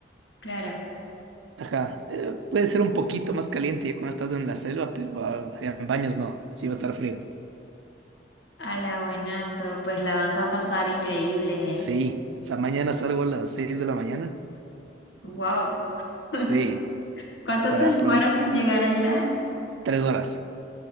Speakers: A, on the left; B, on the right.
A: claro,
B: Ajá, eh, puede ser un poquito más caliente ya cuando estás en la selva, pero ah, en baños no, sí va a estar frío.
A: ala, buenazo, pues la vas a pasar increíble,
B: Sí, o sea, mañana salgo a las 6 de la mañana.
A: wow. <laughs>
B: Sí,
A: ¿Cuánto
B: para
A: te demoras
B: aprove-
A: en llegar allá?
B: tres horas.